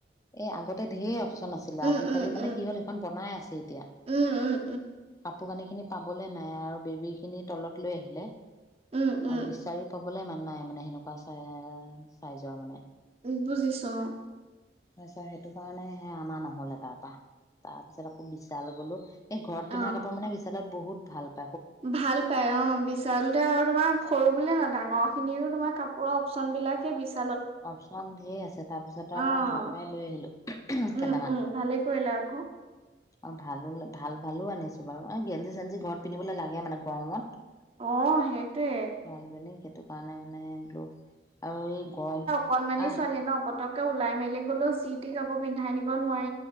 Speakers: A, on the left (about 20°); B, on the right (about 35°).
A: এ আগতে, ধেই আছিলে
B: উম
A: আজিকালি
B: উম উম
A: কি হল, বনাই আছে এতিয়া,
B: উম উম
A: কাপোৰ কানি খিনি পাক ঘৰত ক'বলৈ নাই আৰু। বেবি খিনি তলত লৈ আহিলে।
B: উম উম
A: অ' বিচাৰি পাবলৈ ইমান নাই মানে, সেনেকুৱা চাই ৰাইজৰ মানে,
B: বুজিচো।
A: তাৰিছত সেইটো কাৰণে অনা নহল এ তাৰপৰা তাৰ পিছত আকৌ বিশালৈ গলো। এই ঘৰত
B: অ
A: পিন্ধা কাপোৰ মানে, বিশালত বহুত ভাল--ভাল
B: ভাল পাই অ' বিশচালতে আৰু তোমাৰ সৰু বুলিয়ে ন, ডাঙৰ স খিনিয়ো তোমাৰ কাপোৰৰ অপশচন বিলাকে বিচ
A: অপচোন ধেই আছে তাৰপিছত
B: অ
A: আৰু মই তাৰ পৰাই লৈ আহিলো
B: উম,
A: কেইটামান।
B: উম, ভালে কৰিলা আকৌ।
A: অ' ভালো ভাল ভালো আনিছো বাৰু এ গেঞ্জি-চেঞ্জি ঘৰত পিন্ধিবলৈ লাগে মানে গৰমত।
B: অ' সেইটোৱে।
A: ছোৱালীজনীক সেইটো কাৰণে মানে বোলো আৰু এই গৰম
B: কণমানি
A: আহ
B: ছোৱালী ন, পতকে ওলাই মেলে গলেও, যি, টি কাপোৰ পিন্ধাই নিব নোৱাৰে।